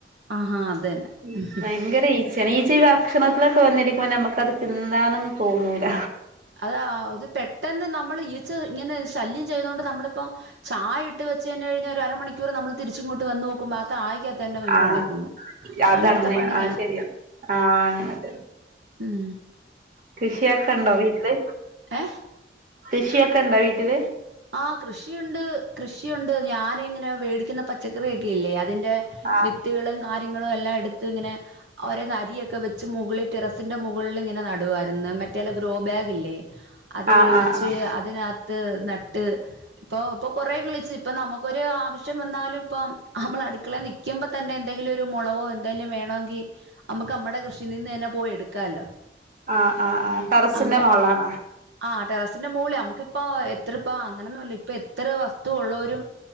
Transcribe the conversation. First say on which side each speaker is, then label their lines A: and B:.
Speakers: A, on the right (about 75°); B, on the right (about 50°).
A: ആഹാ അത് തന്നെ
B: ഉം വയങ്കര ഈച്ചേണ് ഈ ച്ച ഈ ഭക്ഷണത്തിലൊക്കെ വന്നിരിക്കുമ്മൊ ഞമ്മക്കത് തിന്നാനൊന്നും തോന്നൂല.
A: അതാ അത് പെട്ടെന്ന് നമ്മള് ഈ ച്ച് ഇങ്ങനെ ശല്യം ചെയ്തുകൊണ്ട് നമ്മളിപ്പോ ചായ ഇട്ട് വെച്ചുതന്നെ കഴിഞ്ഞാ ഒരു അരമണിക്കൂറ് നമ്മൾതിരിച്ചിങ്ങോട്ട് വന്നു നോക്കുമ്പോ ആ കായ് ക്കാത്ത് അങ്ങനെ വീണുകെടക്കുന്നു
B: ആഹ് അതങ്ങനെ
A: അങ്ങനത്തെ പണിയാ.
B: ആഹ് ശരിയാ ആഹ് അങ്ങനെ
A: ഉം
B: കൃഷിയൊക്കെണ്ടോ വീട്ടില്?
A: ഏഹ്
B: കൃഷിയൊക്കെണ്ടോ വീട്ടില്?
A: ആ കൃഷിയൊണ്ട് കൃഷിയൊണ്ട് ഞാനിങ്ങനെ വേടിക്കുന്ന പച്ചക്കറിയൊക്കെയില്ലേ അ അതിന്റെ
B: ആഹ്
A: വിത്തുകളും കാര്യങ്ങളും എല്ലാം എടുത്ത് ഇങ്ങനെ ഓരേന്നരിയൊക്കെ വെച്ച് മുകളിൽ ടെറസിന്റെ മുകളിൽ ഇങ്ങനെ നടുവായിരുന്നു മ റ്റേല ഗ്രോ ബാഗില്ലേ അത്
B: ആഹ്
A: വേടിച്ച്
B: ആഹ് ആഹ്
A: അതിനാത്ത് നട്ട് ഇപ്പൊ ഇപ്പ കൊറേ കിളിച്ചു, ഇപ്പ നമുക്കൊരു ആവശ്യം വന്നാലും ഇപ്പ നമ്മൾ അടുക്കളെ നിക്കുമ്പ തന്നെ എന്തെങ്കിലും ഒരു മുളകോ എന്തെലും വേണോങ്കി നമ്മക്ക് നമ്മടെ കൃഷി നിന്ന് തന്നെ പോയി എടുക്കാല്ലോ.
B: ആഹ് ആഹ് ആഹ് ടെറസിന്റെ
A: അങ്ങ
B: മോളിലാണോ?
A: ആ ടെറസിന്റെ മോളി നമുക്കിപ്പോ എത്രപ്പ അങ്ങനൊന്നുവില്ല ഇപ്പ എത്ര വസ്തു ഒള്ളവരും